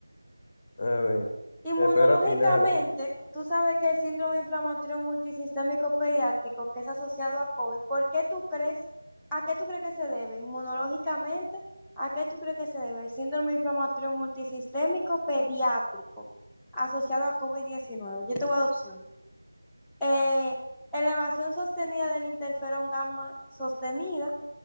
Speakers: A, on the left; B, in the centre.
A: a ver,
B: Inmunológicamente,
A: espero final
B: tú sabes que el síndrome inflamatorio multisistémico pediátrico que es asociado a COVID, ¿por qué tú crees, a qué tú crees que se debe? Inmunológicamente, ¿a qué tú crees que se debe el síndrome inflamatorio multisistémico pediátrico asociado a COVID-19? Yo te voy a dar opciones. Eh, elevación sostenida del interferón gamma sostenida,